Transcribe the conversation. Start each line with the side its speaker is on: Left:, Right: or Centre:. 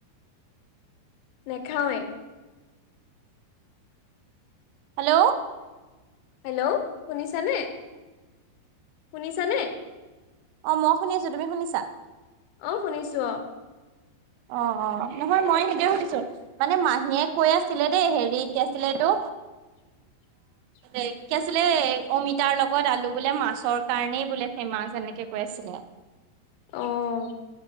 Left: নেখাওৱে।
Right: হেল্ল'।
Left: হেল্ল', শুনিছানে, শুনিছানে?
Right: অ', মই শুনিছো, তুমি শুনিছা?
Left: অ', শুনিছো অ'।
Right: অ', অ', নহয় মই সিটোৱে সুধিছোঁ। মানে মাহীয়ে কৈ আছিলে দেই হেৰি কি আছিলেটো
Left: <inaudible>
Right: এ কি আছিলে অমিতাৰ লগত আলু বোলে মাছৰ কাৰণেই বোলে ফেমাছ এনেকে কৈ আছিলে।
Left: অ',